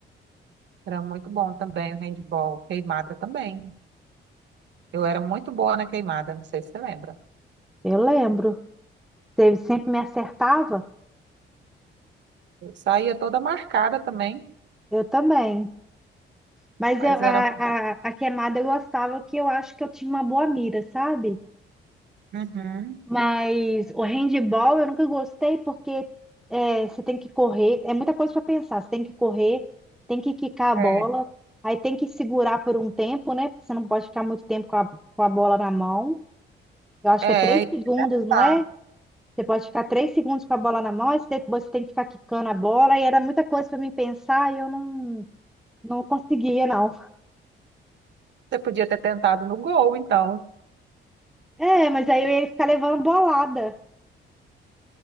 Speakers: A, on the right (about 65°); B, in the centre.
A: era muito bom também o handball. Queimada também. Eu era muito boa na queimada, não sei se você lembra.
B: Eu lembro. Você sempre me acertava?
A: Eu saía toda marcada também,
B: Eu também. Mas
A: mas
B: eu- a,
A: era.
B: a, a queimada eu gostava que eu acho que eu tinha uma boa mira, sabe?
A: Uhum.
B: Mas o handball eu nunca gostei porque é, você tem que correr, é muita coisa para pensar. Você tem que correr, tem que quicar a bola,
A: É.
B: aí tem que segurar por um tempo, né? Porque você não pode ficar muito tempo com a, com a bola na mão. Eu acho
A: É,
B: que é três
A: e
B: segundos, não
A: tá.
B: é? Você pode ficar três segundos com a bola na mão, aí você- depois você tem que ficar quicando a bola, e era muita coisa para mim pensar e eu não, não conseguia, não.
A: Você podia ter tentado no gol, então.
B: É, mas aí eu ia ficar levando bolada.